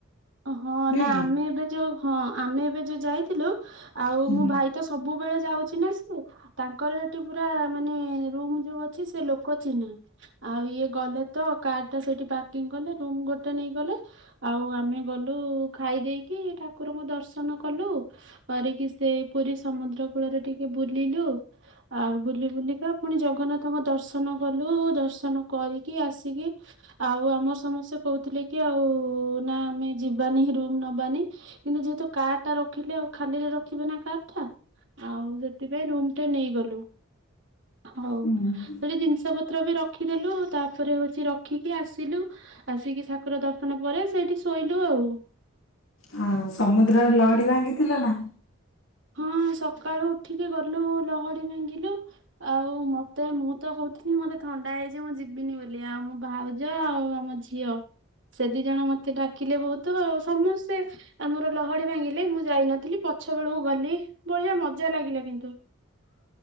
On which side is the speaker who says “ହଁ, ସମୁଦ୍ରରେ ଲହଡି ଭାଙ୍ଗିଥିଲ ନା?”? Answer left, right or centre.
Left